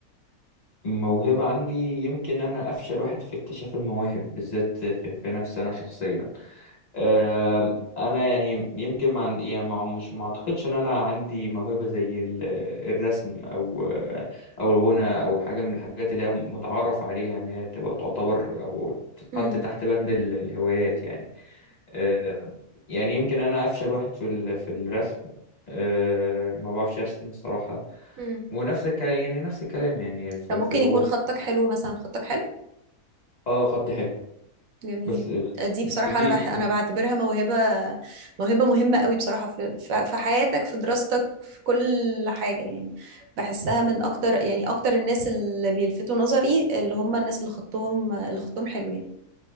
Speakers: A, on the left; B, on the right.
A: موهبه عندي يمكن انا افشل واحد في اكتشاف المواهب بالذات في, في نفسي انا شخصيا آم، انا يعني يمكن ما عندي يعني ما مش ما اعتقدش ان انا عندي موهبه زي ال- الرسم او او الغنى او حاجه من الحاجات اللي هي متعارف عليها ان هي تبقى تعتبر او تتحط
B: امم
A: تحت بند ال- الهوايات يعني آه، يعني يمكن انا افشل واحد في ال- في الرسم آه، ما بعرفش ارسم الصراحه
B: امم
A: ونفس الك... يعني نفس الكلام يعني في,
B: فممكن
A: في الغنى
B: يكون خطك حلو مثلا خطك حلو
A: اه خطي حلو
B: جميل
A: بس
B: دي
A: بس
B: بصراحة
A: دي
B: أنا بح... أنا بعتبرها موهبة موهبة مهمة قوي بصراحة في... في في حياتك في دراستك في كل حاجة يعني بحسها من أكتر يعني أكتر الناس اللي بيلفتوا نظري اللي هم الناس اللي خطهم اللي خطهم حلو